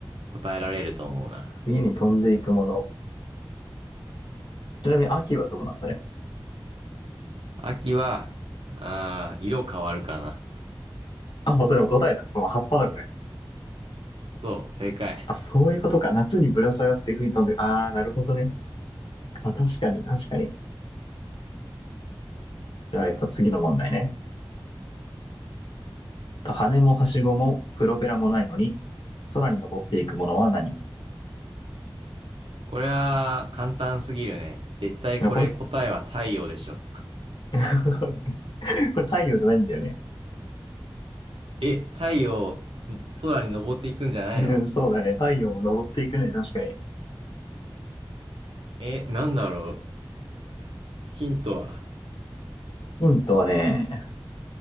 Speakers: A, on the right (about 85°); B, on the left (about 65°).
A: 答えられると思うな。
B: 冬に飛んでいくもの。ちなみに秋はどうなんそれ。
A: 秋は、ああ、色変わるかな。
B: あ、もうそれも答えじゃん。これも葉っぱだ、これ。
A: そう、正解。
B: あ、そういうことか。夏にぶら下がって吹い飛んで、ああ、なるほどね。まあ、確かに、確かに。じゃあ、やっぱ次の問題ね。羽もはしごもプロペラもないのに、空に登っていくものは何い
A: これは簡単すぎるね。絶対これ答えは太陽でしょ。
B: やこれ、<laughs> これこれ太陽じゃないんだよね。
A: え、太陽、ん空に登っていくんじゃないの
B: うんそうだね。太陽を登っていくね。確かに。
A: え、なんだろう。ヒントは。
B: ヒントはね、